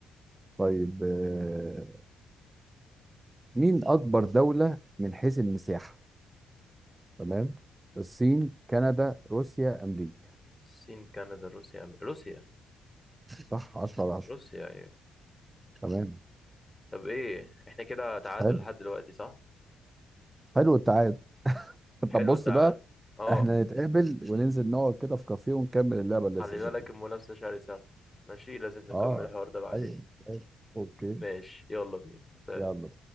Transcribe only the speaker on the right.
طيب آه، مين أكبر دولة من حيث المساحة؟ تمام الصين كندا روسيا امريكا
صح 10 على 10
تمام
حلو
حلو التعادل <laughs>
طب بص
بقى
احنا نتقابل وننزل نقعد كده في كافيه ونكمل اللعبه اللذيذه
دي
اه
ايوه أيوة. اوكي
يلا